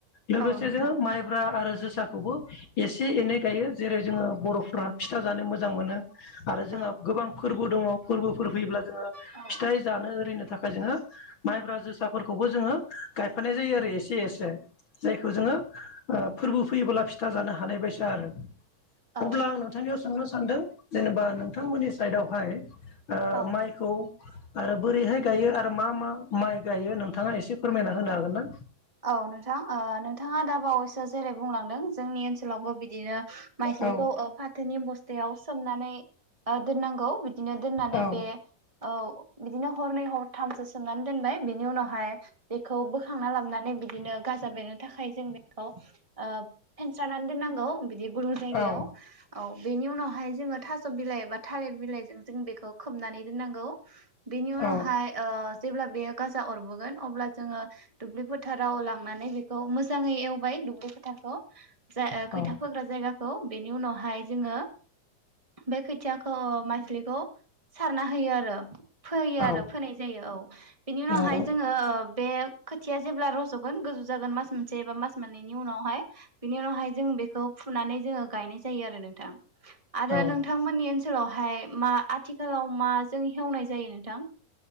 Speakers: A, on the left; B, on the right.
A: लोगो
B: औ
A: -
B: नोंथां
A: जोङो माइब्रा आरो जोसा फिथाखौबो एसे एनै गायो जेरै जोङो बर'फ्रा फिथा जानो मोजां मोनो। आरो जोंहा
B: औ
A: गोबां फोरबो दङ फोरबोफोर फैयोब्ला जोङो
B: औ
A: फिथाइ जानो ओरिनो थाखाय जोङो माइब्रा जोसाफोरखौबो जोङो। गायफानाय जायो आरो एसे एसे जायखौ खौ जोङो ओ फोरबो फैयोब्ला फिथा जानो हानाय बायसा आरो।
B: औ
A: अब्ला आं नोंथांनियाव सोंनो सानदों जेनेबा नों नोंथांमोननि साइडआवहाय ओ
B: औ
A: माइखौ आरो बोरैहाय गायो आरो मा मा? माइ गायो नोंथाङा एसे फोरमायना होनो हागोनना?
B: औ नोंथां ओ नोंथाङा दा बावैसो जेरै बुंलांदों जोंनि ओनसोलावबो बिदिनो माइस्लिखौ
A: औ
B: फाथोनि बस्था थयाव सोमनानै दोननांगौ बि बिदिनो दोननानै
A: औ
B: बे औ बिदिनो हरनै हरथामसो सोमनानै दोनबाय बिनि उनावहाय बेखौ बोखांना लाबनानै बिदिनो गाजा बेरनो थाखाय। जों बेखौ ओ एरसारनानै दोननांगौ बिदि गुदुं जायगायाव
A: औ
B: औ बेनि उनावहाय जोङो थास' बिलाइ एबा थालिर बिलाइजों जों बेखौ खोबनानै दोननांगौ। बेनि
A: औ
B: उनावहाय ओ जेब्ला बेयो गाजा अरबोगोन अब्ला जोङो दुब्लिफोर फोथाराव लांनानै बेखौ मोजाङै एव ओमफ्राय दुब्लिफोरखौ जा
A: औ
B: खोथिया फोग्रा जायगा खौ बेनि उनावहाय जोङो बे खोथियाखौ माइस्लिखौ सारना होयो आरो। फोयो
A: औ
B: आरो फोनाय जायो औ बिनि उनावहाय
A: नंगौ
B: जोङो बे खोथिया जेब्ला रज'गोन गोजौ जागोन मास मोनसे एबा मास मोननैनि उनावहाय बिनि उनावहाय जों बेखौ फुनानै जोङो गायनाय जायो आरो नोंथां। आरो
A: औ
B: नोंथांमोननि ओनसोलाव ओमफाय मा आथिखालाव माजों हेवनाय जायो नोंथां